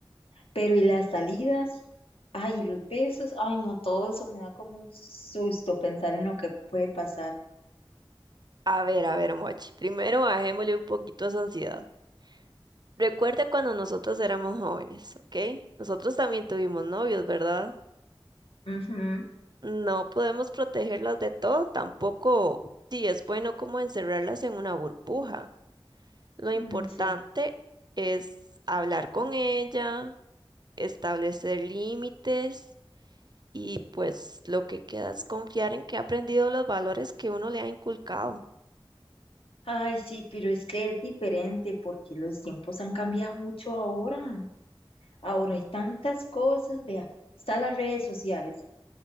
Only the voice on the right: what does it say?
A ver, a ver, Mochi, primero bajémosle un poquito a esa ansiedad. Recuerda cuando nosotros éramos jóvenes, ¿ok? Nosotros también tuvimos novios, ¿verdad?
No podemos protegerlas de todo, tampoco sí es bueno como encerrarlas en una burbuja. Lo importante
es hablar con ella, establecer límites y pues lo que queda es confiar en que ha aprendido los valores que uno le ha inculcado.